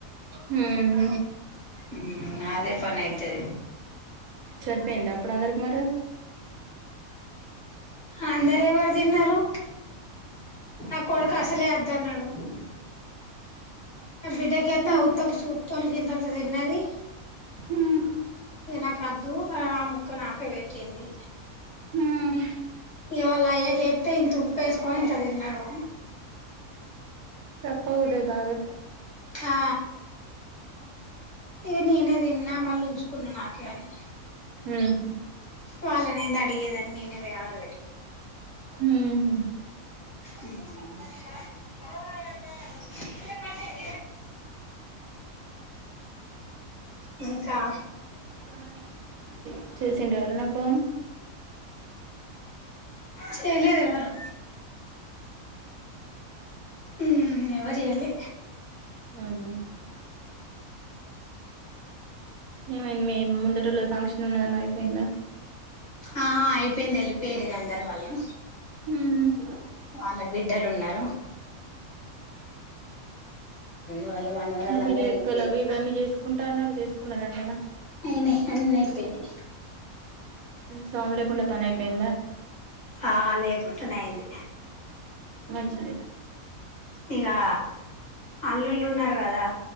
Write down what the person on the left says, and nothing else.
మ్ అదే పని అయితది
అందరెవర్ తిన్నరు నా కొడుక్ అసలే అద్దన్నడు. నో నా బిడ్డకేత్తే
అ ఉత్త ఒక సూప్తోనే గింతంత తిన్నది.
ఇగ నాకద్దు ఆ ముక్క నాకే పెట్టింది.
ఇగ వాళ్ళ అయ్యకేత్తే ఇంత ఉప్పేస్కొని ఇంత తిన్నడు.
ఆ ఇగ నేనే తిన్నా మళ్ళీ ఉంచుకున్న నాకే అని
వాళ్ళనేంద్ అడిగేదని నేనే పోయి ఆడ పెట్
<unintelligible> మ్ ఇంకా
చేయలేద్ ఎవరు మ్ హ్ ఎవర్ చేయలె
ఆ అయిపోయింది ఎళ్ళిపొన్రిగ అందర్ వాళ్ళు
వాళ్ళ బిడ్డలున్నరు. వాళ్ళు మానవరాళ్లందరూ
ఎళ్ళిపోయిన్రు.
అయినయి అన్నైపోయినయ్
ఆ లేకుంటనే అయింది.
ఇగా అల్లుల్లుు ఉన్నారు కదా